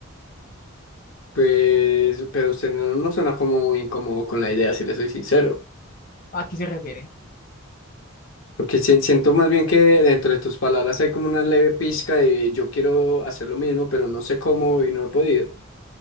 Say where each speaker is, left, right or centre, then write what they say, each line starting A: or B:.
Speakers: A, on the left; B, on the left.
A: Pues, pero usted no, no suena como muy incómodo con la idea, si le soy sincero.
B: ¿A qué se refiere?
A: Porque si- siento más bien que dentro de tus palabras hay como una leve pizca de yo quiero hacer lo mismo, pero no sé cómo y no he podido.